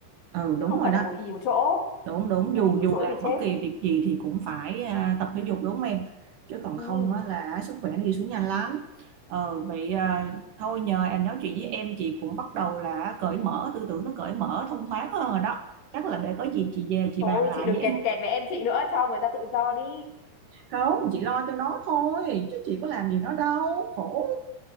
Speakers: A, on the right (about 70°); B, on the left (about 70°).
A: ừ
B: chứ
A: đúng
B: không
A: rồi
B: phải
A: đó.
B: là ngồi ì một chỗ
A: Đúng đúng
B: ngồi
A: dù
B: ì một
A: dù
B: chỗ
A: làm
B: thì chết
A: bất kỳ việc gì thì cũng phải à, tập thể dục đúng không em? Chứ còn
B: ừ.
A: không á, là sức khỏe nó đi xuống nhanh lắm. Ờ vậy à, thôi nhờ em nói chuyện với em chị cũng bắt đầu là cởi mở tư tưởng nó cởi mở thông thoáng hơn rồi đó. Chắc là để có gì chị về chị
B: thôi
A: bàn lại
B: chị đừng
A: với em
B: kèn kẹt với em chị nữa cho người ta tự do đi
A: không chị lo cho nó thôi chứ chị có làm gì nó đâu khổ